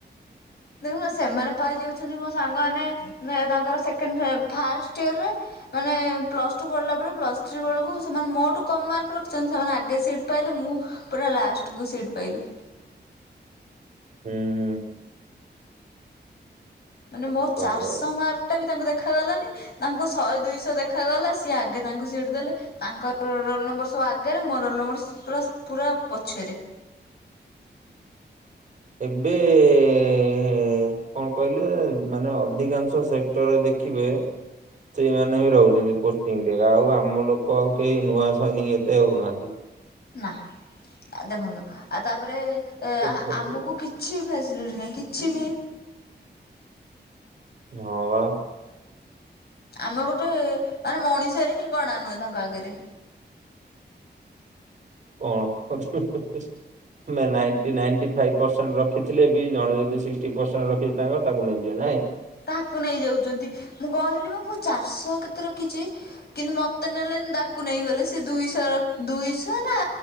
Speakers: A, on the left; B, on the right.
A: ଦେଖୁନ ସେମାନେ ପାଇ ଯାଉଛନ୍ତି ମୋ ସାଙ୍ଗମାନେ ନେହ୍ ତାଙ୍କର ସେକେଣ୍ଡ ସେ ଫାଷ୍ଟ ଇୟରରେ। ମାନେ ପ୍ଲସ୍ ଟୁ ପଢିଲା ପରେ ପ୍ଲସ୍ ଥ୍ରୀ ବେଳକୁ ସେମାନେ ମୋ ଠୁଁ କମ୍ ମାର୍କ ରଖିଛନ୍ତି, ସେମାନେ ଆଗେ ସିଟ୍ ପାଇଲେ, ମୁଁ ପୁରା ଲାଷ୍ଟକୁ ସିଟ ପାଇଲି।
B: ହୁଁ।
A: ମାନେ
B: କଣ
A: ମୋ
B: କରିବା
A: ଚାର୍ ଶହ
B: ଆଉ
A: ମାର୍କ ଟା ବି ତାଙ୍କୁ ଦେଖା ଗଲାନି। ତାଙ୍କ ଶହେ ଦୁଇ ଶହ ଦେଖାଗଲା, ସିଏ ଆଗେ ତାଙ୍କୁ ସିଟ୍ ଦେଲେ। ତାଙ୍କର ରୋ ରୋଲ୍ ନମ୍ବର ସବୁ ଆଗେରେ ମୋ ରୋଲ ନମ୍ବର ସସ ପୁରା ପୁରା ପଛେରେ।
B: ଏବେ ଏ କଣ କହିଲେ? ମାନେ ଅଧିକାଂଶ ସେକ୍ଟର ରେ ଦେଖିବେ ସେଇମାନେ ହି ରହୁଛନ୍ତି ପୋଷ୍ଟିଂ ରେ ଆଉ ଆମ ଲୋକ ଆଉ କେହି ନୂଆ ସୈନିକ ଏତେ ଆଉ ନାହାନ୍ତି।
A: ନା। ଦେଖନ୍ତୁ ଆଉ ତାପରେ ଏ
B: ପଠକୁ
A: ଆ ଆମକୁ କିଛି ଫ୍ୟାସିଲିଟି ନାହିଁ କିଛି
B: ହଁ ବା।
A: ଆମେ ଗୋଟେ ମାନେ ମଣିଷରେ ହିଁ ଗଣା ନୁହେଁ ତାଙ୍କ ଆଗରେ।
B: କଣ କରୁ <unintelligible> ଆମେ ନାଇଣ୍ଟି ନାଇଣ୍ଟି ଫାଇଭ୍ ପରସେଣ୍ଟ ରଖିଥିଲେ ବି ଜଣେ ଯଦି ସିକ୍ସଟି ପରସେଣ୍ଟ ରଖି ତାଙ୍କର ତାକୁ ନେଇଯିବେ ନାଇଁ।
A: ତାହାକୁ ନେଇ ଯାଉଛନ୍ତି। ମୁଁ କହିଲି ବା ମୁଁ ଚାରିଶହ କେତେ ରଖିଛି। କିନ୍ତୁ ମତେ ନେଲେ ତାକୁ ନେଇଗଲେ ସିଏ ଦୁଇଶହ ରଖ ଦୁଇଶହ ନା